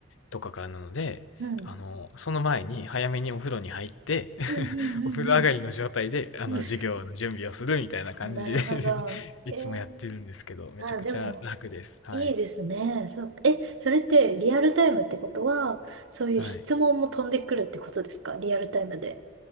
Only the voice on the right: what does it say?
うん、
うん、うん、
うん、
うん。
うんうん
なるほど。
えー、
あ、でも、
いいですね。そう、え、それってリアルタイムってことは、そういう質問も飛んでくるってことですかリアルタイムで。